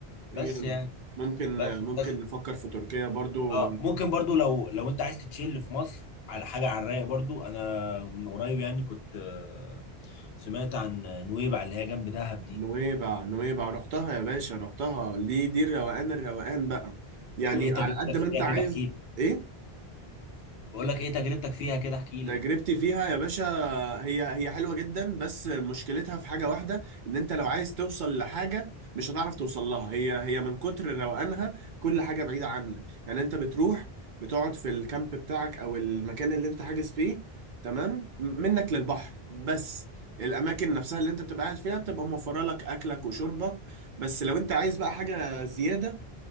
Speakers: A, on the left; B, on the right.
A: بس
B: جامد
A: يعني
B: ممكن
A: بس
B: ممكن
A: بس
B: نفكر في تركيا برضو
A: اه ممكن برضو لو لو انت عايز تتشيل في مصر على حاجه على الرايق برضو انا من قريب يعني كنت آه، سمعت عن نويبع اللي هي جنب دهب دي
B: نويبع نويبع رحتها يا باشا رحتها دي دي الروقان الروقان بقى يعني
A: وايه تجربتك
B: على قد ما
A: فيها
B: انت
A: كده
B: عايز
A: احكي لي
B: ايه
A: بقول لك ايه تجربتك فيها كده احكي لي
B: تجربتي فيها يا باشا هي هي حلوة جدا بس مشكلتها في حاجة واحدة ان انت لو عايز توصل لحاجة مش هتعرف توصل لها هي هي من كتر روقانها كل حاجة بعيدة عنك يعني انت بتروح بتقعد في الكامب بتاعك او المكان اللي انت حاجز فيه تمام م- منك للبحر بس الاماكن نفسها اللي انت بتبقى قاعد فيها بتبقى موفرة لك اكلك وشربك بس لو انت عايز بقى حاجة زيادة